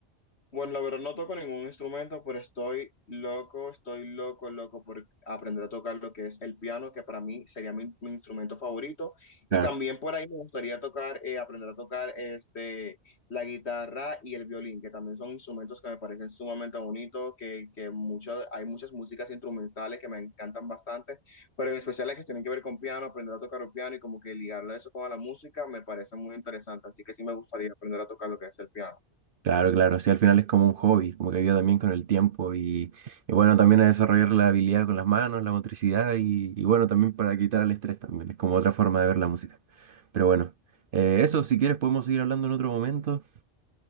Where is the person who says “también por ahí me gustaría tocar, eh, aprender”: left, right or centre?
Left